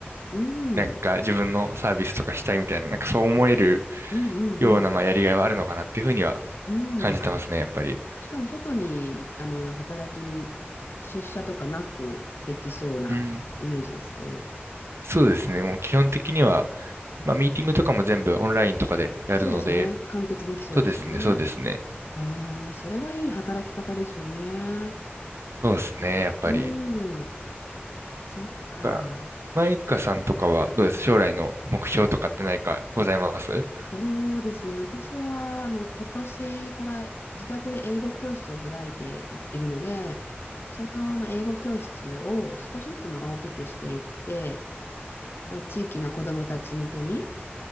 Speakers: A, on the left; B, on the right.
A: うん、
B: なんか自分のサービスとかしたいみたいな、なんかそう思える
A: うん、うん、
B: ような、
A: うん。
B: まあ、やりがいはあるのかなっていうふうには
A: うん
B: 感じてますね、やっぱり。
A: しかも外に、あの、働きに出社とかなくできそうなイメージですけど、
B: うん。そうですね、もう基本的には、まあ、ミーティングとかも全部オンラインとかでやるので、
A: そうですよね。完結できそうですもんね。
B: そうですね、そうですね。
A: ああ、それはいい働き方ですよね。
B: そうですね、やっぱり。
A: うん、そっか。
B: がマイカさんとかはどうです将来の目標とかって何かございますうん
A: ええそうですね。私は、あの、今年から自宅で英語教室を開いていいるので、その、まあ、英語教室を少しずつ、まあ、大きくしていって、まあ、地域の子どもたち向けに、